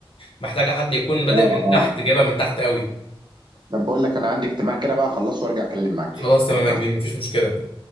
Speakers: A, on the left; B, on the right.
A: محتاجه حد يكون بادئ
B: اه
A: من
B: اه
A: تحت جايبها من تحت قوي
B: طب بقول لك انا عندي اجتماع كده بقى اخلصه وارجع اكلم معاك
A: خلاص
B: تاني
A: تمام
B: يلا
A: يا كبير مفيش مشكله